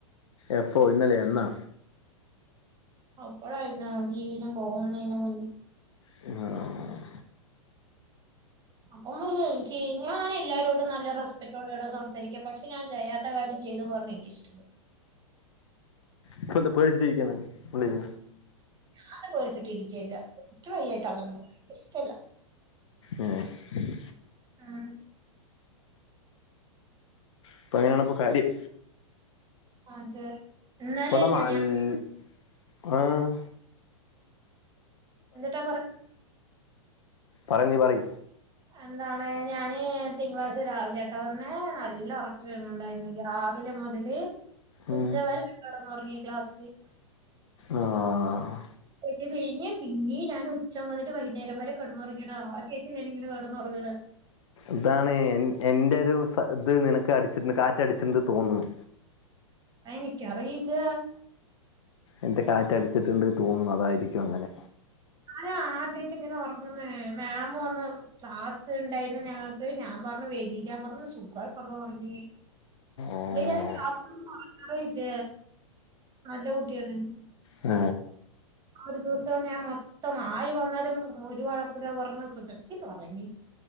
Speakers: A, on the left; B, on the right.
A: എപ്പോ ഇന്നലെ എന്നാ
B: അപ്പള ആയിന ലീവിന് പോകുന്നെന്ന് മുന്നേ
A: പിന്നെ ആഹ്
B: അപ്പം മുതലിന്ക്ക് ഞാൻ എല്ലാരോടും നല്ല റെസ്പെക്റ്റോടെടാ സംസാരിക്ക പക്ഷെ ഞാൻ ചെയ്യാത്ത കാര്ം ചെയ്തു പറഞ്ഞ എനിക്ക്ഷ്ടപ്പെടോ
A: ഇപ്പ ന്ത പേടിച്ചിട്ടിരിക്കണോ ഉള്ളില്
B: ഞാൻ പോടിച്ചിട്ടി ഇരിക്കല്ല ഇക്ക് വയ്യാ <unintelligible> ഇഷ്ടല്ല
A: ഉം ഉം
B: ഉം
A: അപ്പൊ അങ്ങനെണ് കാര്യം
B: അത് ഇന്നലെയല്ലേ
A: ഇവടെ നാല്ലോ
B: ഞാൻ
A: ഉം
B: ന്ന്ട്ടാ പറിണ്
A: പറഞ്ഞ് പറി
B: എന്താണ് ഞാന് തിങ്കളാഴ്ച രാവിലെട്ട വന്ന് നല്ല ഉറക്ക് വര്ണ് ണ്ടായിരുന്നു രാവി രാവിലെ മുതല്
A: ഉം
B: ഉച്ചവരെ കെടന്ന് ഉറങ്ങി ക്ലാസ്സില്
A: ആഹ്
B: കോർച്ച് കയിഞ്ഞ് പിന്നെ പിന്നീ ഞാൻ ഉച്ച മുതല് വൈകുന്നേരം വരെ കടന്നുറങ്ങിയെടാ ആദ്യയിട്ട ഞാനിങ്ങനെ കെടന്ന് ഉറങ്ങ്ണ്
A: ഇതാണ് എൻന്റെറെ ഒരു ഇത് നിനക്ക് അടിച്ചിട്ടുണ്ട് കാറ്റ് അടിച്ചിണ്ട് തോന്നുന്നു
B: എനിക്കറിയില്ല
A: എന്റെ കാറ്റ് അടിച്ചിട്ടുണ്ട് തോന്നും അതായിരിക്കും അങ്ങനെ
B: ആരാ ആദ്യായി റ്റ് ഇങ്ങനെ ഉറങ്ങുന്ന മാമ് വന്ന് ക്ലാസ് ഉണ്ടായിന ഞങ്ങ ഞാൻ പറഞ്ഞു <unintelligible> പറഞ്ഞു സുഖായിറ്റ് കറവ ഉറങ്ങി
A: ഓഹ്
B: അല്ല ഞാൻ ക്ലാസിന്ന് ഉറങ്ങാറേയില്ല നല്ല കുട്ടിയാണ്
A: ഏ
B: ഒരു ദിവസം ഞാൻ മൊത്തം ആര് വന്നാലും ഒരു കുഴപുല്ല പറഞ്ഞ് സുഖത്തി ഉറങ്ങി